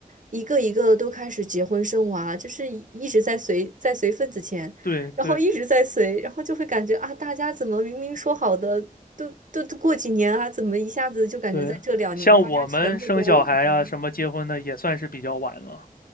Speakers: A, on the right; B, on the left.
A: 一个一个都开始结婚生娃，就是一一直在随在随份子钱，
B: 对对
A: 然后一直在随，然后就会感觉啊，大家怎么明明说好的都都都过几年啊，怎么一下子就感觉在这两年大家全部都已经，
B: 对，像我们生小孩啊，什么结婚的也算是比较晚了。